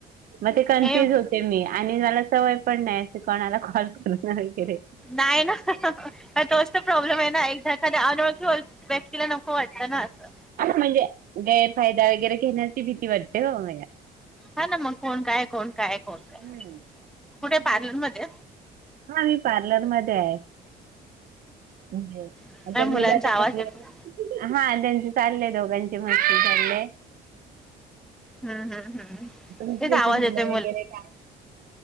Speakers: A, on the right; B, in the centre.
A: मग ते कन्फ्युज
B: हे
A: होते मी आणि मला सवय पण नाही असे कोणाला कॉल करणार वगैरे.
B: नाही ना पण तोच तर प्रॉब्लेम आहे ना एकदा एखा्या अनोळखी. व्यक्तीला नक वाटत ना असं.
A: म्हणजे गैरफायदा वगैरे घेण्यासची भीती वाटते हो म
B: हा ना मग कोण काय कोण काय कोण. काय
A: हम्
B: कुठे पार्लर
A: ह
B: मध्ये
A: हा मी पार्लर म ध्येआहे म्हणजे.
B: नाही
A: आता
B: मुलांचा
A: मला तर
B: आवाज
A: बघ
B: येतो.
A: हा त्यांचे चाललेय दोघांची मस्ती चालले.
B: हम्म हम्म हम्म
A: तुमची
B: तेच आवाज
A: कशी मुलं
B: येतोय
A: वगैरे काय.